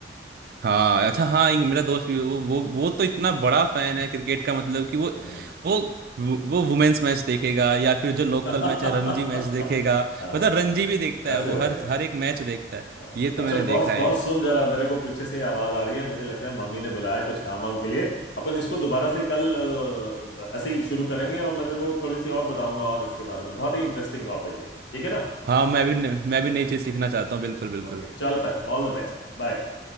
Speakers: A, on the right; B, on the left.
A: हाँ अच्छा हाँ इंग- मेरा दोस्त भी वो वो वो तो इतना बड़ा फैन है क्रिकेट का मतलब कि वो
B: हम्म
A: वो वो वुमेन्स मैच देखेगा या फिर जो लोकल
B: <laughs>
A: मैच है रणजी मैच देखेगा
B: हाँ,
A: मतलब रणजी भी देखता है
B: ऐसे
A: वो
B: होते
A: हर
B: हैं
A: हर एक मैच देखता है
B: हाँ
A: ये तो
B: अच्छा
A: मैंने देखा
B: बॉस
A: है
B: बॉस सुन जरा मेरे को पीछे से आवाज आ रही है मुझे लगता है मम्मी ने बुलाया है कुछ काम वाम के लिए अपन इसको दोबारा से कल अ, ऐसे ही शुरू करेंगे और मैं तेरे को थोड़ी सी और बताऊंगा और इसके बारे में बहुत ही इंटरेस्टिंग टॉपिक है ठीक है ना
A: हाँ मैं भी न- मैं भी नई चीज़ सीखना चाहता हूँ बिल्कुल बिल्कुल
B: ओके चल फिर ऑल द बेस्ट बाय